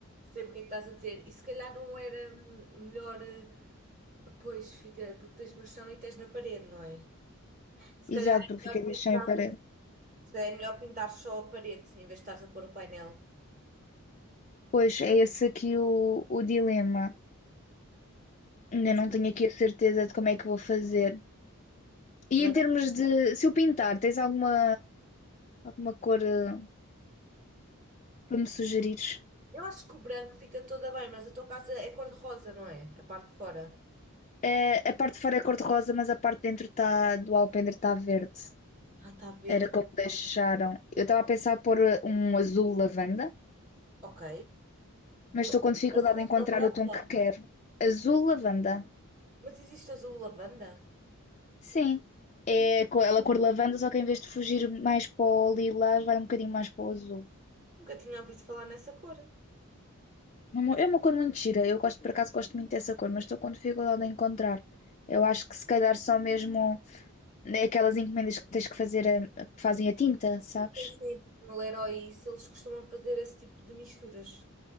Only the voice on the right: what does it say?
Sei o que é que estás a dizer. E se calhar não era hum, melhor. eh, Pois fica, porque tens no chão e tens na parede, não é? Se calhar
é
melhor
pintar,
se calhar é melhor pintar só a parede em vez de estares a pôr o painel.
Mas,
mas
não-
eu acho que o branco fica toda bem, mas a tua casa é cor-de-rosa, não é? A parte de fora.
Ah, está verde.
Ok.
La-
Azul
lavanda?
Mas existe azul lavanda?
Nunca tinha ouvido falar nessa cor.
Sim, sim, tipo no Leroy, e isso, eles costumam fazer esse tipo de misturas.